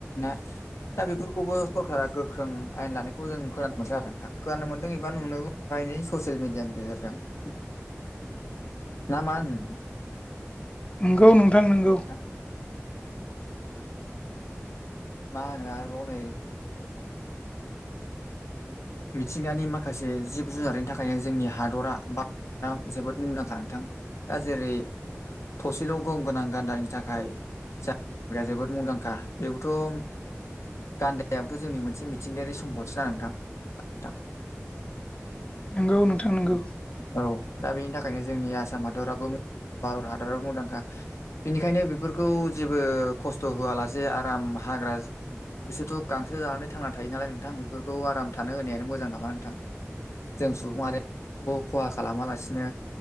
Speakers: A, on the left; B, on the left.
A: ना दा बेफोरखौबो सरकारा गोख्रों आयेन लानायखौ जों खोनानो मोनदों आरो नोंथां खोनानो मोनदों एबा नुनो नै ससियेल मिडियानि गेजेरजों
B: <inaudible>
A: ना मा होनो
B: नंगौ नोंथां नोंगौ
A: हेलौ नोंथां मा होनो आरोबाव नै मिथिंगानि माखासे जिब जुनारनि थाखायनो जोंनि हादरा बा दा जोबोद मुंदांखा नोंथां दा जेरै थसेल' गं गोनां गान्दानि थाखाय जा जोबोद मुंदांखा खा बेबोथ' गान्दायाबोथ' जोंनि मोनसे मिथिंगायारि सम्पद सोना नोंथां
B: नंगौ नोंथां नंगौ
A: औ दा बेनि थाखायनो जोंनि आसाम हादराबो भारत हादराव मुंदांखा बेनिखायनो बेफोरखौ जेबो खस्थ' होआलासे आराम हाग्रा बिसोरथ' गांसो जानानै थांना थायो नालाय नोंथां बेफोरखौ आराम थानो होनायानो मोजां नामा नोंथां। जों सुबुंमारि बे खहा खालामालासिनो